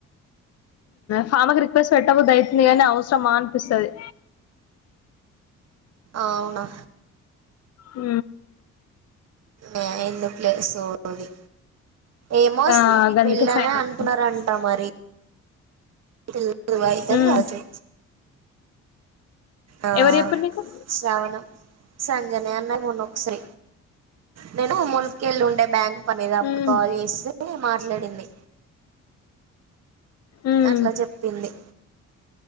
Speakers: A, on the left; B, on the right.
A: ఫామకి రిక్వెస్ట్ పెట్టబ దయతుంది అని అవసరమా అనిపిస్తుంది
B: అవునా
A: అ
B: ఆ ఎందు కలే సోది ఏమో
A: ఆ
B: స్వీటి
A: గందుకే
B: పెళ్ళనే
A: సైలెంట్
B: అంటున్నారంటా మరి తెల్ల వాయిద్ద
A: మ్మ్
B: రాజు ఆ
A: ఎవరు చెప్పిరు నీకు
B: శ్రవణం సంజన అన్నయి మన్నో అసా నేను ములికె వెళ్ళి ఉండే బ్యాంక్ పనేద అప్పుడు
A: మ్మ్
B: కాల్ చేస్త అని మాట్లాడింది
A: మ్మ్
B: అట్లా చెప్పింది